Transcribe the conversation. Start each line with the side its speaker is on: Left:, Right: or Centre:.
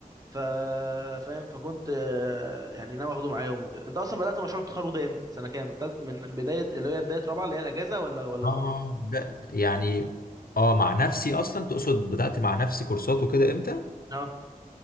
Right: ف فاهم فكنت آه، يعني ناوي اخده معاهم وكده انت اصلا بدات مشروع التخرج ده امتى سنه كام تالت من بدايه اللي هي بدايه رابعه اللي هي الاجازه ولا ولا
Left: اه
Right: من
Left: ب- يعني اه مع نفسي اصلا تقصد بدأت مع نفسي كورسات وكده امتى؟
Right: اه